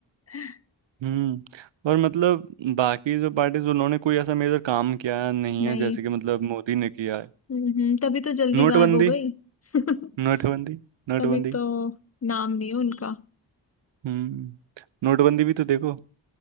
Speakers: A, on the left; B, on the right.
A: <laughs>
B: हम्म और मतलब बाकी जो पार्टीज उन्होंने कोई ऐसा मेजर काम किया नहीं
A: नहीं
B: है जैसे कि मतलब मोदी ने किया है
A: हम्म तभी तो जल्दी
B: नोटबंदी
A: गायब हो गई <laughs>
B: नोटबंदी नोटबंदी
A: तभी तो नाम नहीं है उनका
B: हम्म नोटबंदी भी तो देखो